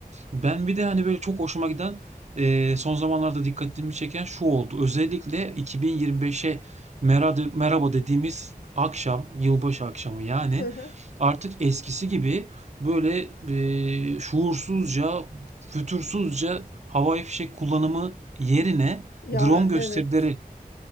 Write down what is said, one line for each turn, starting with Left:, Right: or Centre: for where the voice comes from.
Right: Ben bir de hani böyle çok hoşuma giden eee, son zamanlarda dikkatimi çeken şu oldu. Özellikle 2025'e merhaba, merhaba dediğimiz akşam, yılbaşı akşamı yani
Left: Hı hı.
Right: artık eskisi gibi böyle eee, şuursuzca, fütursuzca havai fişek kullanımı yerine
Left: Ya
Right: drone gösterileri
Left: evet.